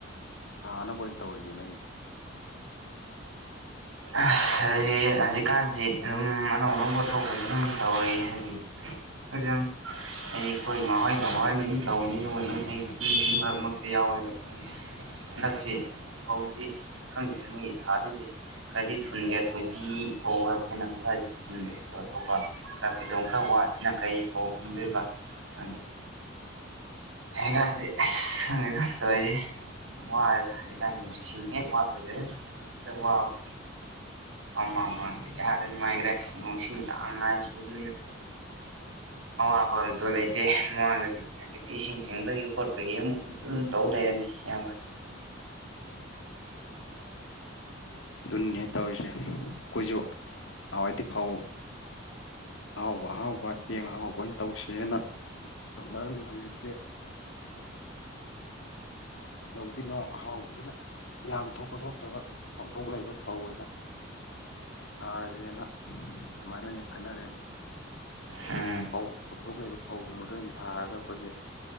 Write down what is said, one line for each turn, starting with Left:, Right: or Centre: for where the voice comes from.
Left: ꯊꯥꯅꯕ ꯑꯣꯏꯅ ꯇꯧꯔꯤꯒꯦ ꯅꯣꯏꯒꯤꯁꯦ
Right: ꯑꯁ ꯍꯧꯖꯤ ꯍꯧꯖꯤꯛꯀꯥꯟꯖꯤ ꯑꯗꯨꯝ ꯑꯅꯧ ꯑꯅꯧꯕ ꯊꯣꯛꯄꯖꯤ ꯗꯨꯝ ꯇꯧꯔꯤ ꯍꯧꯖꯤꯛ ꯍꯥꯏꯗꯤ ꯌꯥꯝ ꯑꯩꯗꯤ ꯑꯩꯈꯣꯏ ꯏꯃꯥꯍꯣꯏ ꯕꯕꯥꯍꯣꯏꯅ ꯑꯗꯨꯝ ꯇꯧꯕꯅꯤꯅ ꯃꯣꯏ ꯑꯗꯨꯝ ꯑꯩꯗꯤ ꯑꯗꯨꯝ ꯃꯔꯛ ꯃꯔꯛꯇ ꯌꯥꯎꯋꯦꯕ ꯍꯟꯗꯛꯁꯦ ꯐꯧꯖꯤ ꯈꯪꯗꯦ ꯃꯣꯏꯒꯤ ꯊꯥꯗꯣꯏꯖꯦ ꯈꯔꯗꯤ ꯊꯨꯟꯒ꯭ꯔꯦ ꯊꯣꯏꯕꯤ ꯐꯧ ꯍꯥꯏꯕꯒꯩꯅ ꯑꯗꯨ ꯈꯔꯗꯤ ꯍꯨꯟꯈ꯭ꯔꯦ ꯑꯗꯨ ꯑꯇꯣꯞꯄ ꯈꯔ ꯐꯩꯗꯣꯝ ꯈꯔ ꯋꯥꯁꯤꯅ ꯀꯔꯤ ꯐꯧ ꯍꯨꯟꯗꯣꯏꯕ ꯈꯪꯗꯦ ꯍꯦꯒꯥꯟꯖꯤ ꯑꯩꯁ ꯈꯪꯗꯦꯗ ꯇꯧꯔꯤꯖꯦ ꯋꯥꯔꯦꯗ ꯍꯧꯖꯤꯛ ꯀꯥꯟꯗꯤ ꯅꯨꯡꯁꯤꯠꯁꯤꯡ ꯍꯦꯛ ꯋꯥꯠꯄꯖꯤꯗ ꯍꯦꯛ ꯋꯥꯕ
Left: ꯇꯥꯕ ꯉꯝꯗꯕ
Right: ꯑꯃꯥꯡ ꯃꯥꯡꯗꯦ ꯀꯌꯥꯗꯤ ꯅꯨꯡꯉꯥꯏꯒ꯭ꯔꯦ ꯅꯣꯡꯁꯤꯡ ꯆꯥꯡ ꯅꯥꯏ ꯆꯨꯕꯅꯤꯅ ꯑꯋꯥꯕ ꯑꯝꯇꯣ ꯂꯩꯇꯦ ꯃꯃꯥꯡꯗꯗꯤ ꯍꯧꯖꯤꯛꯇꯤ ꯏꯁꯤꯡ ꯆꯤꯡꯕꯒꯤ ꯈꯣꯠꯄꯒꯤ ꯑꯃꯨꯛ ꯑꯗꯨꯝ ꯇꯧ ꯂꯩꯔꯅꯤ ꯏꯌꯥꯝꯕ
Left: ꯑꯗꯨꯅꯤꯅꯍꯦ ꯇꯧꯔꯤꯖꯦ ꯑꯩꯈꯣꯏꯁꯨ ꯅꯍꯥꯋꯥꯏꯗꯤ ꯐꯧ ꯑꯍꯥꯎꯕ ꯑꯍꯥꯎꯕ ꯆꯦꯡ ꯑꯍꯥꯎꯕ ꯑꯣꯏꯅ ꯇꯧꯁꯦꯅ ꯇꯧꯅꯔꯝꯅꯤ ꯍꯧꯖꯤꯛꯇꯤ ꯂꯧꯗꯤꯅꯣ ꯑꯍꯥꯎꯕꯗꯅ ꯌꯥꯝ ꯊꯣꯛꯄ ꯊꯣꯛꯇꯕ ꯐꯧꯊꯣꯛ ꯂꯩꯕ ꯐꯧ ꯑꯣꯏꯅ ꯊꯥꯔꯖꯦꯅ ꯑꯗꯨꯃꯥꯏꯅ ꯑꯣꯏꯅ ꯈꯟꯅꯔꯦ
Right: ꯎꯝ
Left: ꯐꯧ ꯐꯧꯊꯣꯛ ꯂꯩꯕ ꯐꯧꯒꯨꯝꯕꯗꯣ ꯑꯣꯏꯅ ꯊꯥꯔꯒ ꯑꯩꯈꯣꯏꯒꯤ